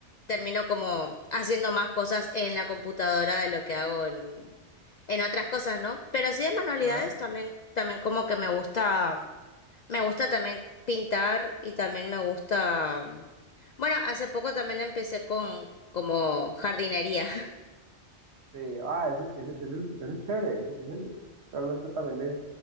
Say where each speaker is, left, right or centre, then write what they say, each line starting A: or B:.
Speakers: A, on the left; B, on the right.
A: termino como haciendo más cosas en la computadora de lo que hago en, en otras cosas, ¿no? Pero así de manualidades
B: Ajá.
A: también, también como que me gusta, me gusta también pintar y también me gusta, bueno, hace poco también empecé con como jardinería.
B: Sí, ah, ese, ese, ese es ese es chévere, ese realmente también es-